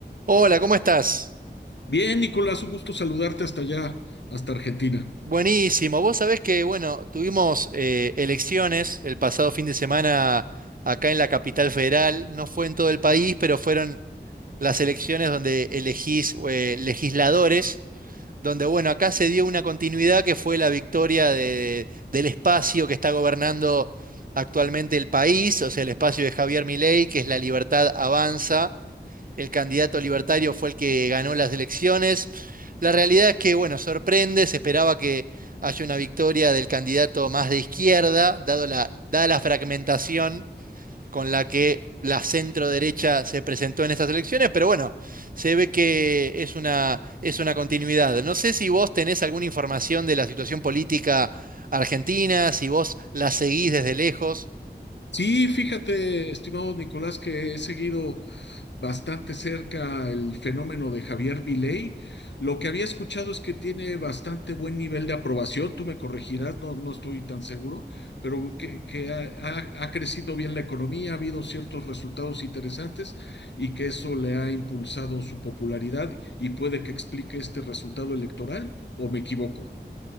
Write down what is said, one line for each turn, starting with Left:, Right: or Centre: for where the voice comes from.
Right: Hola, ¿cómo estás?
Left: Bien, Nicolás, un gusto saludarte hasta allá, hasta Argentina.
Right: Buenísimo. Vos sabés que, bueno, tuvimos eh, elecciones el pasado fin de semana acá en la capital federal. No fue en todo el país, pero fueron las elecciones donde elegís eh, legisladores, donde, bueno, acá se dio una continuidad que fue la victoria de- del espacio que está gobernando actualmente el país, o sea, el espacio de Javier Milei, que es La Libertad Avanza. el candidato libertario fue el que ganó las elecciones. La realidad es que, bueno, sorprende, se esperaba que haya una victoria del candidato más de izquierda, dado la, dada la fragmentación con la que la centro derecha se presentó en estas elecciones, pero bueno, se ve que es una, es una continuidad. No sé si vos tenés alguna información de la situación política argentina, si vos la seguís desde lejos.
Left: Sí, fíjate, estimado Nicolás, que he seguido bastante cerca el fenómeno de Javier Milei. Lo que había escuchado es que tiene bastante buen nivel de aprobación, tú me corregirás, no, no estoy tan seguro, pero que, que ha, ha- ha crecido bien la economía, ha habido ciertos resultados interesantes y que eso le ha impulsado su popularidad y puede que explique este resultado electoral, ¿o me equivoco?